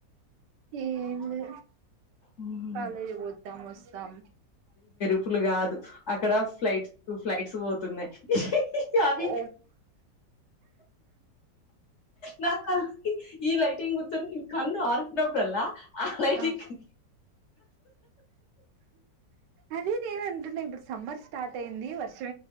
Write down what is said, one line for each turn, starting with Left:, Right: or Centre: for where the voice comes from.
Right: ఏం లే
Left: ఉమ్,
Right: కాలే వద్దం వస్తతం
Left: చెప్పులు కాదు అక్కడ ఫ్లైట్స్ ఫ్లైట్స్ పోతున్నాయి అవి
Right: ఓ
Left: నా కల్ ఈ లైటింగ్ గుతుంద నిం కంద ఆర్ఫినబ్రల్ ఆలైటింగ్
Right: ఆ అదే నేను అంటున్నా ఇప్పుడు సమ్మర్ స్టార్ట్ అయింది వర్షం